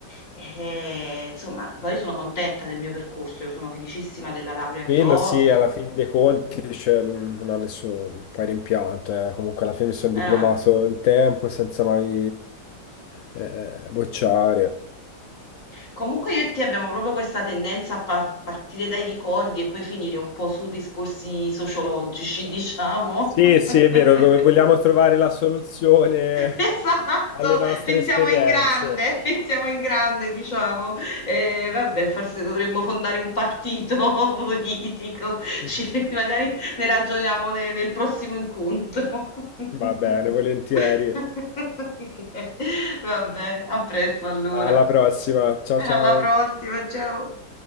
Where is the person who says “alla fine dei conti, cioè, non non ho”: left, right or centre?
Left